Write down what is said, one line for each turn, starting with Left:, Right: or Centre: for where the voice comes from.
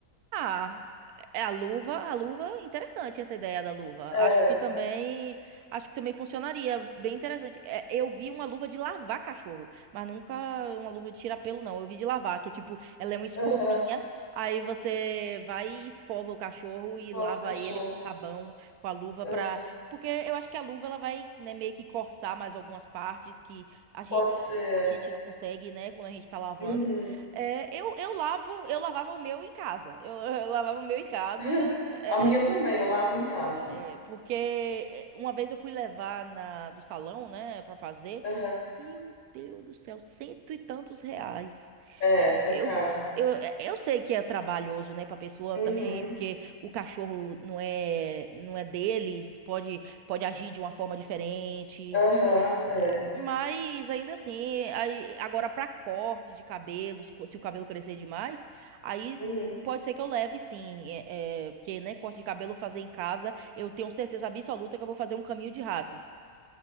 Right: Ah, é é a luva, a luva, interessante essa ideia da luva.
Left: É,
Right: Acho que também, acho que também funcionaria, bem interessante. É, eu vi uma luva de lavar cachorro, mas nunca uma luva de tirar pelo não. Eu vi de lavar, que é tipo, ela é uma escovinha,
Left: aham,
Right: aí você vai e escova o cachorro
Left: escova
Right: e lava
Left: o cachorro.
Right: ele com sabão, com a luva pra...
Left: Aham,
Right: Porque eu acho que a luva ela vai, né, meio que coçar mais algumas partes que a gente
Left: pode ser.
Right: a gente não consegue, né, quando a gente tá lavando.
Left: Uhum.
Right: É, eu, eu lavo, eu lavava o meu em casa. Eu, <laughs> eu lavava o meu em casa,
Left: <laughs>
Right: é,
Left: A minha
Right: é,
Left: também, eu lavo em casa.
Right: é, porque é, uma vez eu fui levar na, do salão, né, pra fazer.
Left: Aham,
Right: Meu Deus do céu, cento e tantos reais.
Left: É,
Right: Eu, eu,
Left: é caro.
Right: eu, eu sei que é trabalhoso, né, pra pessoa
Left: Uhum.
Right: também, porque o cachorro não é, não é deles, pode, pode agir de uma forma diferente.
Left: Aham, é.
Right: Mas ainda assim, aí, agora pra corte de cabelos, co- se o cabelo crescer demais, aí
Left: Uhum.
Right: pode ser que eu leve sim, é, é, porque né, corte de cabelo fazer em casa, eu tenho certeza absoluta que eu vou fazer um caminho de rato.